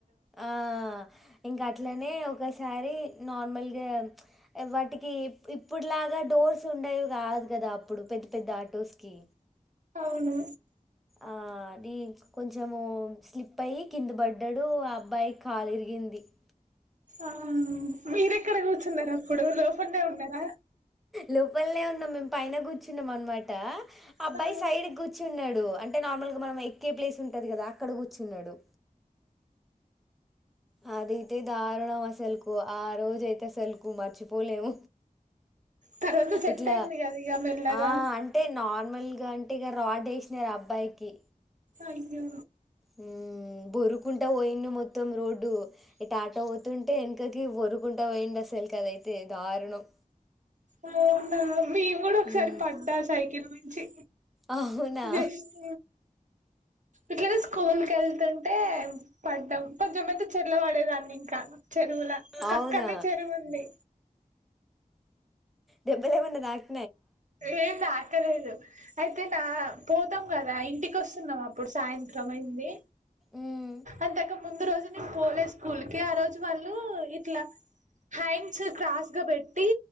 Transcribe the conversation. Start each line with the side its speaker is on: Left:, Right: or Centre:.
Centre: ఆ ఇంక అట్లనే ఒకసారి నార్మల్ గా వాటికి ఇప్ ఇప్పట్లాగ డోర్స్ ఉండేవి కాదు గద అప్పుడు పెద్ పెద్ ఆటోస్ కి
Right: ఔను
Centre: ఆ కొంచము స్లిప్ అయ్యి కింద బడ్డడు ఆ అబ్బాయి కాలురిగింది <inaudible>
Right: ఆ మీరెక్కడ కుర్చున్నరు అప్పుడు లోపట్నే ఉన్నర
Centre: లొపల్నే ఉన్నం మేమ్ పైన కూర్చున్నం అన్మాట అబ్బాయి
Right: ఆ
Centre: సైడ్ గుర్చున్నడు అం టే నార్మల్ గా మనం ఎక్కే ప్లేస్ ఉంటది గద అక్కడ కుర్చున్నడు అదైతే దారుణం అసల్కు ఆ రోజైతే అసల్కు మర్చిపొలెం
Right: తర్వాత సెట్
Centre: ఇట్ల
Right: అయింది కదా ఇక మెల్లగా
Centre: ఆ అంటే నార్మల్గ టిగ రాడ్ ఏశినర్ అబ్బాయికి
Right: అయ్యో
Centre: హుమ్ బొర్రుకుంట వొయిండు మొత్తం రోడ్డు ఇట్ ఆటో వొతుంటే ఏనుకకి బొర్రుకుంట పోయిండు అసల్ ఇంకదైతే దారుణం
Right: అవునా మేమ్ గుడ ఒకసారి
Centre: మ్మ్.
Right: పడ్డా సైకిల్ మించి
Centre: అవునా
Right: బెష్ట్ ఇట్ల స్కూల్ కెళ్తుం టే పడ్డం కొంచెం అయితే చెర్లపడేదాన్ని ఇంక చెరువుల
Centre: అవునా
Right: పక్కనే చెరువు ఉంది
Centre: దెబ్బలేమన్న తాక్
Right: ఏం తా కలేదు అయితే నా పోతం గద ఇంటికి వస్తున్నం అప్పుడు సాయంత్రం అయింది
Centre: ఉహు
Right: అంతక్ ముందు రోజు నేన్ పొలే స్కూల్ కి ఆ రోజు వాళ్ళు ఇట్ల హ్యాండ్స్ క్రాస్ గ పెట్టి